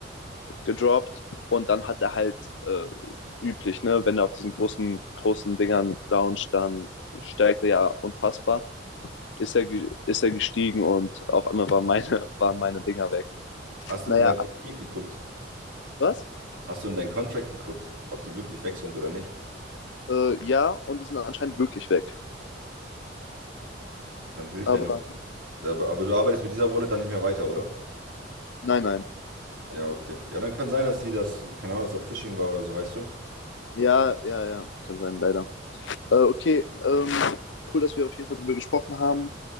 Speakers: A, on the left (about 70°); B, on the right (about 85°).
A: gedroppt und dann hat er halt äh, üblich, ne, wenn er auf diesen großen, großen Dingern launcht, dann steigt er ja unfassbar. Ist er, ist er gestiegen und auf einmal waren meine, <laughs> waren meine Dinger weg.
B: Hast
A: Naja,
B: du in dein Contract geguckt?
A: was?
B: Hast du in deinen Contract geguckt, ob die wirklich weg sind oder nicht?
A: Äh, ja, und die sind anscheinend wirklich weg.
B: Dann würde ich
A: Aber
B: deine Aber, aber du arbeitest mit dieser Wallet dann nicht mehr weiter, oder?
A: nein, nein.
B: Ja, okay. Ja, dann kann sein, dass sie das, keine Ahnung, dass das Phishing war oder so, weißt du?
A: Ja, ja, ja, kann sein, leider. Äh, okay, ähm, cool, dass wir auf jeden Fall drüber gesprochen haben.